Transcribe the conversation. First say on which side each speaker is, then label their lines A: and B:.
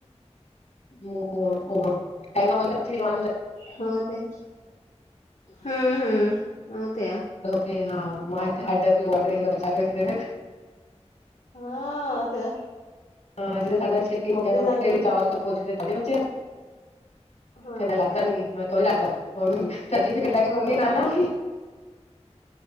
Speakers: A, on the left; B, on the left.
A: ਉਹ ਪਹਿਲਾ ਟਾਈਮ ਨਾਲ ਹੋਜੇ ਤੇ ਬੱਚੀ ਵੀ ਜਵਾਨ ਹੋਜੇ।
B: ਹੋ, ਤੇ ਹੂੰ -ਹੂੰ, ਉਹ ਤੇ ਆ।
A: ਤੇ ਹਾਂ, ਮੈਂ ਇੱਥੇ ਇਹਡਾ, ਪਿਓ ਇਹਡਾ, ਦੇਖਦਾ ਬੱਚਾ ਵੇਖ
B: ਹਾਂ ਉਹ ਤੇ ਹੈ।
A: ਹਾਂ ਜਰਾ ਧਾਗਾ। ਛੇਤੀ ਹੋ ਗਿਆ,
B: ਲੱਗਦਾ
A: ਤੇ ਵੀ ਜਾਓ, ਕੋਈ ਪੁੱਛਦੇ ਤਾਡੇ ਬੱਚੇ ਆ
B: ਹਾਂ।
A: ਕਹਿੰਦੇ ਲੱਗਦਾ ਨੀ ਮੈਂ ਕਿਹਾ, ਕਿਉ ਨੀ ਲੱਗਦਾ, ਹੁਣ ਸਰਟੀਫਿਕੇਟ ਲੈ ਕੇ
B: ਹਾਂ,
A: ਘੁੰਮੀ ਨਾਲ -ਨਾਲ ਹੀ।